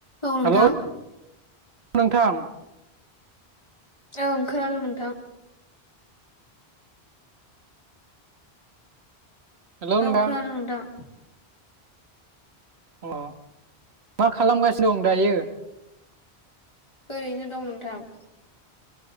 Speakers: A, on the left; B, on the right.
A: औ नोंथां।
B: हेलौ नोंथां
A: ओं खोनादों नोंथां।
B: हेलौ नोंथां
A: औ खोनादोंं नोंथां।
B: अ मा खालामगासि दं दायो?
A: ओरैनो दं नोंथां।